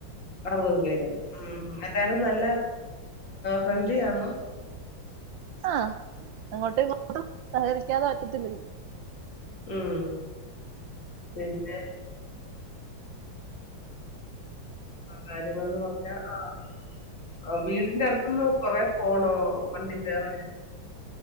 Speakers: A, on the left; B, on the right.
A: അറുപത് പേര് ഉം എല്ലാരും നല്ല ഫ്രണ്ട്ലിയാണോ
B: ആഹ് അങ്ങോട്ടും ഇങ്ങോട്ടും സഹകരിക്കാതെ പറ്റത്തില്ലല്ലോ
A: ഉം പിന്നെ കാര്യങ്ങളന്ന് പറഞ്ഞാൽ ആഹ് ആഹ് വീടിന്റെ അടുത്ത നിന്ന് കൊറെേ പോണോ വണ്ടി കയറാൻ